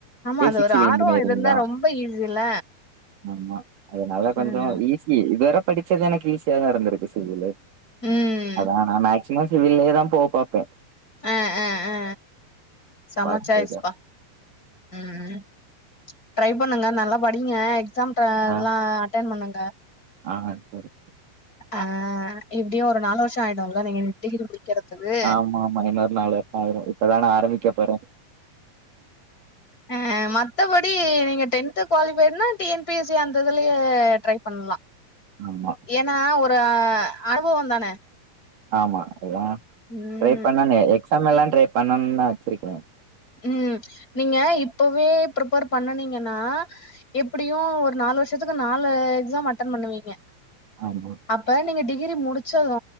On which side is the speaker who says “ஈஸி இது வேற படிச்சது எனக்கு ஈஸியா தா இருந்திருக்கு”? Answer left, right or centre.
Right